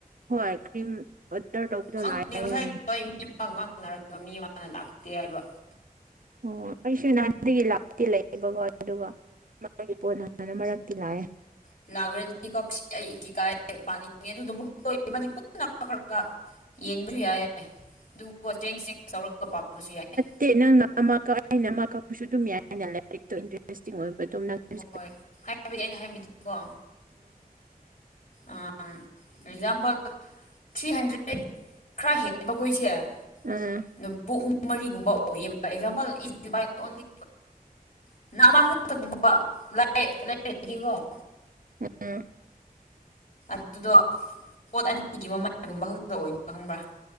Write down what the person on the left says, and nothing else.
ꯈꯪꯗꯦ
<inaudible> <inaudible>
<unintelligible> ꯌꯦꯟꯕ ꯌꯥꯏ ꯑꯗꯨꯕꯨ ꯆꯦꯡ ꯆꯦꯡ ꯇꯧꯔꯒ ꯄꯥꯕꯁꯨ ꯌꯥꯏ꯫
ꯍꯣꯏ ꯍꯥꯏꯕꯗꯤ ꯑꯩꯅ ꯍꯥꯏꯕꯗꯤꯀꯣ ꯑꯝ ꯑꯦꯛꯖꯥꯝꯄꯜ ꯊ꯭ꯔꯤ ꯍꯟꯗ꯭ꯔꯦꯠ ꯈꯔ ꯍꯦꯟꯕꯈꯣꯏꯁꯦ
ꯅꯕꯨꯛ ꯍꯨꯝ ꯃꯔꯤꯒꯨꯝꯕ ꯑꯣꯏꯌꯦꯕ ꯑꯦꯛꯖꯥꯝꯄꯜ ꯏꯁ ꯗꯤꯚꯤꯁ ꯑꯣꯟꯂꯤ <unintelligible>
ꯑꯗꯨꯗꯣ ꯄꯣꯠ ꯑꯅꯤꯒꯤ ꯃꯃꯟꯒꯨꯝꯕ ꯈꯛꯇꯗ ꯑꯣꯏꯅ ꯈꯪꯕ꯭ꯔꯥ꯫